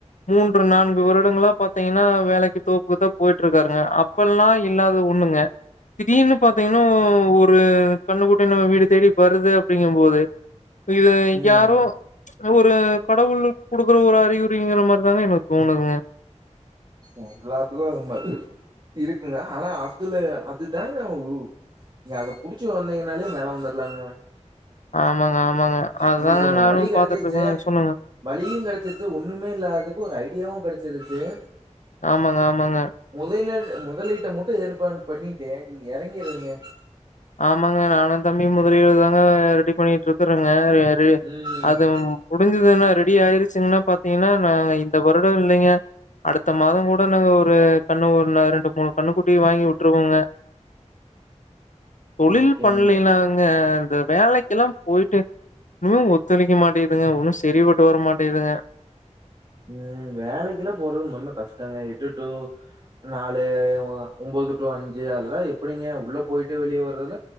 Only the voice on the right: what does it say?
ம்
எல்லாத்துக்கு அது மாதிரி இருக்குங்க அனா அதுல அதுதாங்க <unintelligible> நீங்க அத புடிச்சி வந்தீங்கனாலே மேல வந்துட்லாங்க
உங்களுக்கு ஒன்னு
வழி கெடச்சிருச்சு
வழியு கடைச்சிருச்சு ஒண்ணுமே இல்லதுக்கு ஒரு ஐடியாவு கடைச்சிருச்சு
முதைல முதலீட்ட மட்டு ஏற்பான் பண்ணீட்டு நீங்க இறங்கிருவீங்க
ம்
ஓகேங்க
ம் வேலைக்குல்லா போறது முன்ன கஷ்டங்க எட்டு டூ நாலு ஒன்போது டு அஞ்சு அதெல்லா எப்டிங்க உள்ள போய்ட்டு வெளியே வர்றதுல